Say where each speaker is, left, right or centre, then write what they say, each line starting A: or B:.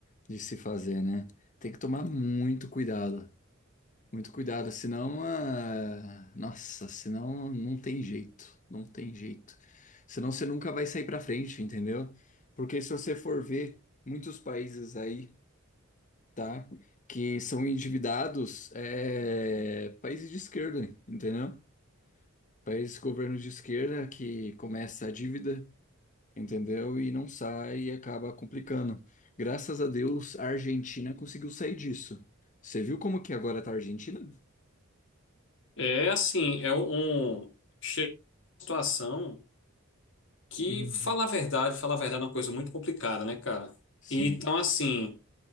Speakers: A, on the left; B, on the left.
A: de se fazer, né? Tem que tomar muito cuidado, muito cuidado, senão, ah, nossa, senão não tem jeito, não tem jeito. Senão você nunca vai sair pra frente, entendeu? Porque se você for ver muitos países aí, tá? Que são endividados, é... países de esquerda, entendeu? países governo de esquerda que começa a dívida, entendeu? E não sai e acaba complicando. Graças a Deus, a Argentina conseguiu sair disso. Você viu como que agora tá a Argentina?
B: É assim, é um... um, Chega uma situação que,
A: Uhum.
B: falar a verdade, falar a verdade é uma coisa muito complicada, né, cara?
A: Sim,
B: Então, assim,